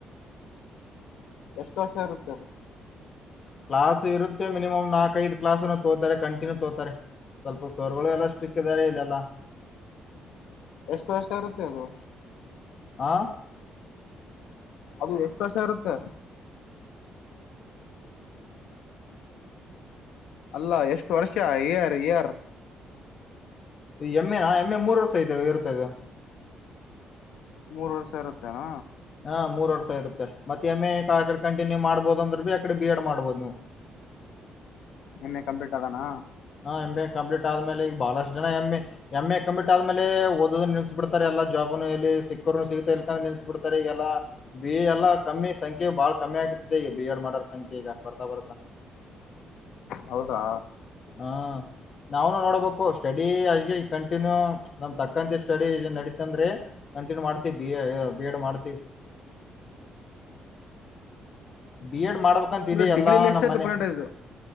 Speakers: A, on the left; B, on the left.
A: ಎಷ್ಟ ವರ್ಷ ಇರುತ್ತೆ ಅದು.
B: ಕ್ಲಾಸ್ ಇರುತ್ತೆ ಮಿನಿಮಮ್ ನಾಕ್ ಐದ್ ಕ್ಲಾಸ್ನ ತೋತಾರೆ ಕಂಟಿನ್ಯೂ ತೋತಾರೆ ಸ್ವಲ್ಪ ಸರ್ಗೋಳೆ ಎಲ್ಲಷ್ ಸಿಕ್ಕಿದ್ದಾರೆ ಇಲ್ಲೆಲ್ಲ.
A: ಎಷ್ಟ ವರ್ಷ ಇರುತ್ತೆ ಅದು.
B: ಹಾ
A: ಅದು ಎಷ್ಟ ವರ್ಷ ಇರುತ್ತೆ. ಅಲ್ಲ ಎಷ್ಟು ವರ್ಷ ಇಯರ್ ಇಯರ್.
B: ಎಮ್ಮೆನಾ ಎಮ್ ಏ ಮೂರ್ ವರ್ಷ ಇದದೆ ಇರ್ತದೆ.
A: ಮೂರ ವರ್ಷ ಇರುತ್ತೇನಾ.
B: ಹಾ ಮೂರ್ ವರ್ಷ ಇರುತ್ತೆ ಮತ್ತೆ ಏಮ್ ಎ ಆಕಡ ಕಂಟಿನ್ಯೂ ಮಾಡ್ಬೋದು ಅಂದ್ರ ಬಿ ಅಕಡ ಬಿ ಎಡ್ ಮಾಡ್ಬೋದು ನೀವು.
A: ಎಮ್ ಎ ಕಂಪ್ಲೀಟ್ ಆಗನಾ.
B: ಹಾ ಎಂ ಬಿ ಎ ಕಂಪ್ಲೀಟ್ ಆದ್ಮೇಲೆ ಈಗ್ ಬಾಳಷ್ಟ ಜನ M A. M A complete ಆದ್ಮೇಲೆ ಓದೋದ್ ನಿಲ್ಸ್ ಬಿಡ್ತರೆ ಎಲ್ಲಾ ಜಾಬ್ನು ಏಲ್ಲಿ ಸಿಕ್ಕೋರ್ನು ಸಿಗತ ಇಲ್ಕಂದ್ರ ನಿಲ್ಸಸ್ ಬಿಡ್ತಾರೆ ಈ ಎಲ್ಲಾ. ಬಿ ಎ ಎಲ್ಲಾ ಕಮ್ಮಿ ಸಂಖ್ಯೆ ಬಾಳ ಕಮ್ಮಿ ಆಗತ್ತೆ ಈಗ ಬಿ ಎಡ್ ಮಾಡೋರ್ ಸಂಖ್ಯೆ ಈಗ ಬರ್ತಾ ಬರ್ತಾ.
A: ಹೌದಾ
B: ಹಾ ನಾವ್ನು ನೋಡಬೇಕು ಸ್ಟಡಿ ಆಗೆ ಕಂಟಿನ್ಯೂ ನಮ್ ತಕ್ಕಂತೆ ಸ್ಟಡಿ ನಡಿತಂದ್ರೆ. ಕಂಟಿನ್ಯ ಮಾಡ್ತಿವಿ ಬಿ ಎ ಏ ಬಿ ಎಡ್ ಮಾಡ್ತೀವಿ. ಬಿ ಎಡ್ ಮಾಡ್ಬೇಕಂತಿದೆ
A: ಮತ್ತೆ
B: ಎಲ್ಲಾ
A: ಡಿಗ್ರಿಲಿ ಎಷ್ಟಾಯ್ತು
B: ನಮ್ಮನೆ.
A: ಪರ್ಸೆಂಟೇಜ್